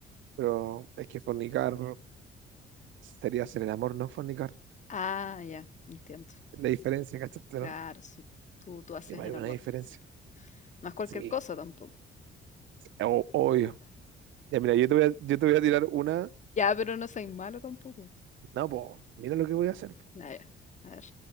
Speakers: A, on the right; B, on the left.
A: Pero es que fornicar sería hacer el amor, no fornicar.
B: Ah, ya, entiendo.
A: La diferencia, ¿cachaste,
B: Claro,
A: no?
B: sí. Tú, tú haces
A: Sí, pues
B: el
A: hay una
B: amor.
A: diferencia.
B: sí. No es cualquier
A: Sí,
B: cosa tampoco.
A: O- obvio. Ya, mira, yo te voy a, yo te voy a tirar una.
B: Ya, pero no soy malo tampoco.
A: No, po, mira lo que voy a hacer, po.
B: Ah, ya. A ver.